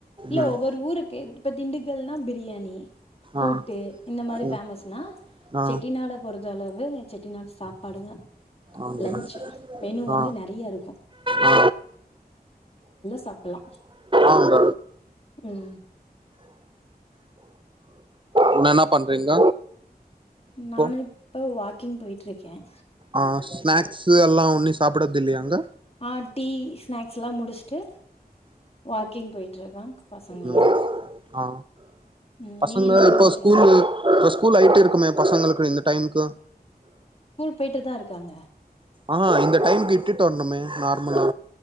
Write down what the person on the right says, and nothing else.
ம்
ஆ
ம்
ஆ
ஆங்க
ஆ
ஆ
ஆங்க
என்ன என்ன பண்றீங்க இப்போ
ஆஹ் ஸ்நேக்ஸ்சு எல்லா உன்னி சாப்பிடது இல்லியாங்க
உஹம் ஹா
பசுங்க
இப்ப
ஸ்கூல் இப்ப ஸ்கூல் ஐட்டு இருக்குமே பசங்குளுக்கு இந்த டைம்க்கு
ஆஹ் இந்த டைம்க்கு இத்துட்டு வர்ணுமே நார்முலா